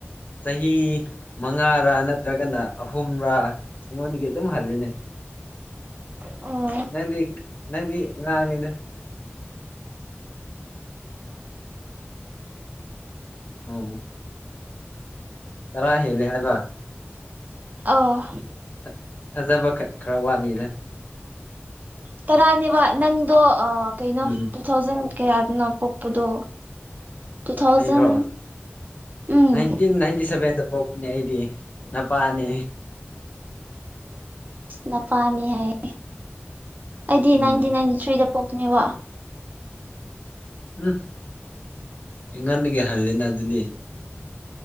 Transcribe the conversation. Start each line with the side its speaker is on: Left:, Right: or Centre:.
Left: ꯆꯍꯤ ꯃꯉꯥꯔꯥ ꯅꯠꯇ꯭ꯔꯒꯅ ꯑꯍꯨꯝꯔꯥ ꯑꯩꯉꯣꯟꯗꯒꯤ ꯑꯗꯨꯝ ꯍꯜꯂꯤꯅꯦ
Right: ꯑꯣ
Left: ꯅꯪꯗꯤ ꯅꯪꯗꯤ ꯑꯉꯥꯡꯅꯤꯗ ꯑꯥꯎ ꯇꯥꯔꯥ ꯍꯦꯂꯦ ꯍꯥꯏꯕ
Right: ꯑꯥꯎ
Left: ꯊ ꯊꯥꯖꯕ ꯈꯔ ꯈꯔ ꯋꯥꯠꯂꯤꯗ
Right: ꯇꯔꯥꯅꯦꯕ ꯅꯪꯗꯣ ꯀꯩꯅꯣ
Left: ꯎꯝ
Right: ꯇꯨ ꯊꯥꯎꯖꯟ ꯀꯌꯥꯗꯅꯣ ꯄꯣꯛꯄꯗꯣ ꯇꯨ ꯊꯥꯎꯖꯟ
Left: ꯑꯩꯔꯣ
Right: ꯎꯝ
Left: ꯅꯥꯏꯟꯇꯤꯟ ꯅꯥꯏꯟꯇꯤ ꯁꯚꯦꯟꯗ ꯄꯣꯛ ꯄꯅꯦ ꯑꯩꯗꯤ ꯅꯄꯥꯅꯤ
Right: ꯅꯄꯥꯅꯤ ꯍꯥꯏꯌꯦ ꯑꯩꯗꯤ
Left: ꯎꯝ
Right: ꯅꯥꯏꯟꯇꯤꯟ ꯅꯥꯏꯟꯇꯤ ꯊ꯭ꯔꯤꯗ ꯄꯣꯛꯄꯅꯦꯕ
Left: ꯎꯝ ꯑꯩꯉꯣꯟꯗꯒꯤ ꯍꯜꯂꯤꯅ ꯑꯗꯨꯗꯤ